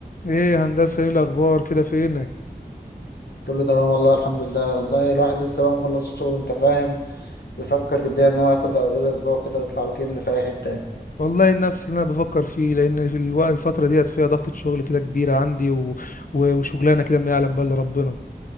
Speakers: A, on the left; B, on the left.
A: ايه يا هندسة ايه الاخبار كده فينك
B: كله تمام والله الحمد لله والله الواحد لسه بقى مخلص شغل انت فاهم بيفكر جديا ان هو ياخد له اجازه اسبوع كده ويطلع ويكند في اي حته يعني.
A: والله نفس اللي انا بفكر فيه لان في الوقت الفترة ديت فيها ضغطة شغل كده كبيرة عندي و... و... وشغلانة كده ما يعلم بها الا ربنا